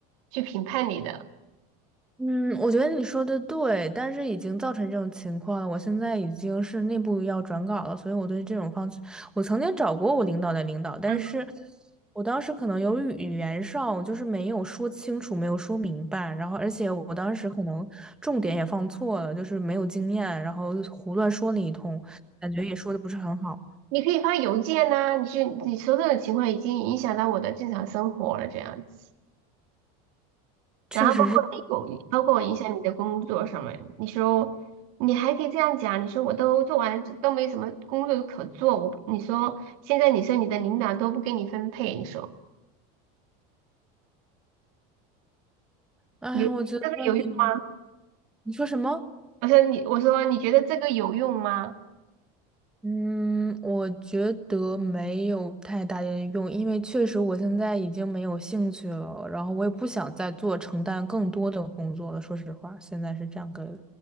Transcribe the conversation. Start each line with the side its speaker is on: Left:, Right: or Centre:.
Right: 去评判你的。
Centre: 嗯，我觉得你说的对，但是已经造成这种情况了。我现在已经是内部要转岗了，所以我对这种方式，我曾经找过我领导的领导，但是
Right: 嗯，
Centre: 我当时可能由于语言上我就是没有说清楚，没有说明白，然后而且我当时可能重点也放错了，就是没有经验，然后胡乱说了一通，感觉也说的不是很好，
Right: 你可以发邮件呐、你是你说这种情况已经影响到我的正常生活了，这样子。
Centre: 确实是。
Right: 然后包括你工，包括影响你的工作上面，你说你还可以这样讲，你说我都做完了，都没什么工作可做，我你说现在你说你的领导都不给你分配，你说
Centre: 哎呀，
Right: 你觉得这个有用吗？
Centre: 我觉得你你说什么？
Right: 我说你我说你觉得这个有用吗？
Centre: 嗯，我觉得没有太大的用，因为确实我现在已经没有兴趣了，然后我也不想再做承担更多的工作了。说实话，现在是这样个